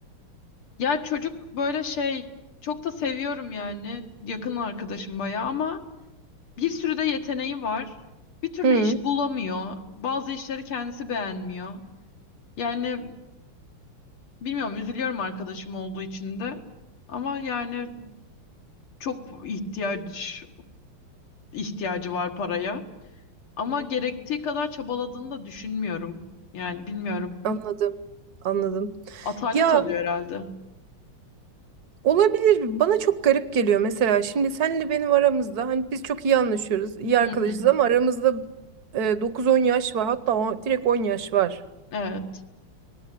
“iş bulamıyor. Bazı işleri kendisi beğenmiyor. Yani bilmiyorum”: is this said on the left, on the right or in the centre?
Left